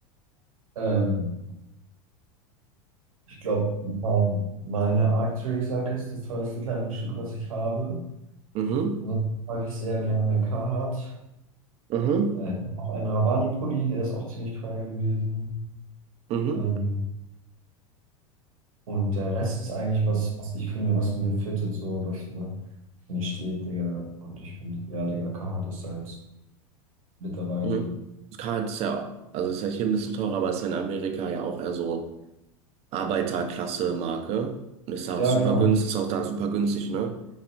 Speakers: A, on the right (about 75°); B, on the right (about 35°).
A: Ähm, ich glaube, mein, meine Arc'teryx-Jacke ist das teuerste Kleidungsstück, was ich habe.
B: Mhm,
A: Ansonsten mag ich sehr gerne Carhartt.
B: mhm,
A: Äh, ich habe noch einen Ravani-Pulli, der ist auch ziemlich teuer gewesen.
B: mhm,
A: Ähm, und der Rest ist eigentlich was, was ich finde, was mir fittet, so was mir mir steht, Digga. Und ich finde, ja, Digga, Carhartt ist halt mit dabei,
B: mhm.
A: so.
B: Das kann jetzt ja, also ist ja hier ein bisschen teurer, aber ist ja in Amerika ja auch eher so Arbeiterklasse-Marke und ist da
A: Ja,
B: auch super
A: genau.
B: günstig, ist auch da super günstig, ne?